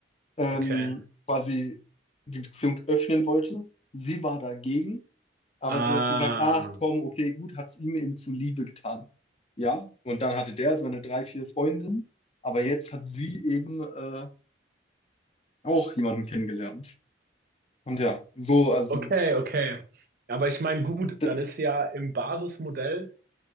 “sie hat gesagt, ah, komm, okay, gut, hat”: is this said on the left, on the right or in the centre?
Left